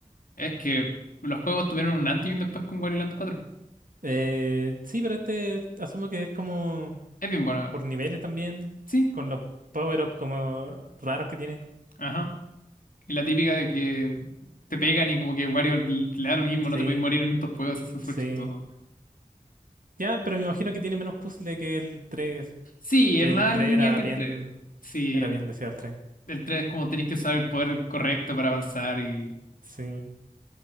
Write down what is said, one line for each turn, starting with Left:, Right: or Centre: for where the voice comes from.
Left: Es que los juegos tuvieron un antes y un después con Wario cuatro
Right: Eh, sí, pero este asumo que es como
Left: Es bien bueno.
Right: por niveles también,
Left: Sí.
Right: con los power-ups como raros que tiene.
Left: Ajá. Y la típica de que te pegan y como que Wario le da lo mismo, no
Right: Sí,
Left: te podéis morir en estos juegos, eso es súper
Right: sí.
Left: chistoso.
Right: Ya, pero me imagino que tiene menos puzzle que el tres
Left: Sí,
Right: que
Left: es más
Right: el tres
Left: lineal
Right: era
Left: que
Right: bien,
Left: el tres Sí,
Right: era
Left: el,
Right: bien deseado el 3.
Left: el 3 es como tenéis que usar el poder correcto para avanzar y...
Right: Sí.